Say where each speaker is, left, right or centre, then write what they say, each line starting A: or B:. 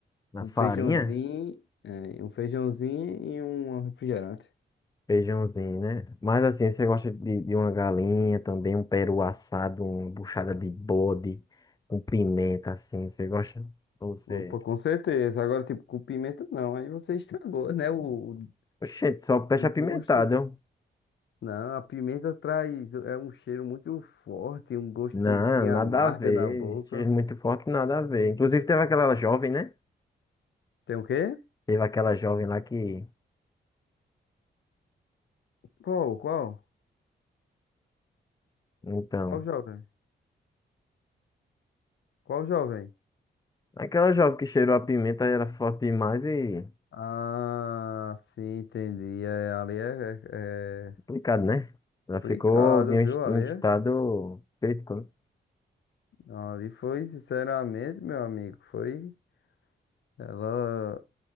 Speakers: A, on the left (about 20°); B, on the left (about 70°).
A: Na
B: um
A: farinha?
B: feijãozinho, é, um feijãozinho e um refrigerante.
A: feijãozinho, né? Mas assim, você gosta de, de uma galinha também, um peru assado, uma buchada de bode, com pimenta, assim, você gosta? Ou Você...
B: Opa, com certeza. Agora, tipo, com pimenta não. Aí você estragou, né? O, o
A: Oxente, só peixe
B: o gosto.
A: apimentado, ó.
B: Não, a pimenta traz, é um cheiro muito forte, um gosto
A: Não,
B: que
A: nada
B: amarga
A: a ver.
B: na boca.
A: Cheiro muito forte, nada a ver. Inclusive teve aquela jovem, né?
B: Tem o quê?
A: Teve aquela jovem lá que.
B: Qual? Qual?
A: Então.
B: Qual jovem? Qual jovem?
A: Aquela jovem que cheirou a pimenta era forte demais e.
B: Ah, sim, entendi. É, ali é, é, é
A: Complicado, né? Ela ficou
B: complicado,
A: de um
B: viu?
A: es-
B: Ali,
A: um estado
B: é-
A: crítico. né?
B: ali foi, sinceramente, meu amigo, foi. Ela.